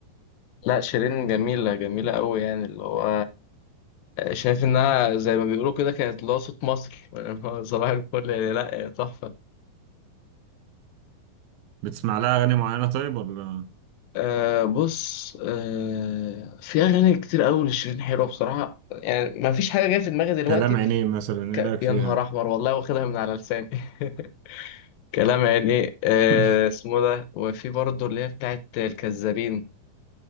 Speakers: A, on the left; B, on the right.
A: لا شيرين جميله جميله قوي يعني اللي هو شايف انها زي ما بيقولوا كده كانت اللي هو صوت مصر <laughs> صباح الفل يعني لا تحفه
B: بتسمع لها أغاني معينة طيب ولا
A: أه بص أه في اغاني كتير قوي لشيرين حلوه بصراحه يعني ما فيش حاجه جايه في دماغي دلوقتي
B: كلام عينيه مثلا
A: ك...
B: إيه رأيك
A: يا
B: فيها
A: نهار احمر والله واخدها من على لساني <laughs> كلام يعني ايه أه
B: <laughs>
A: اسمه ده وفي برضه اللي هي بتاعت الكذابين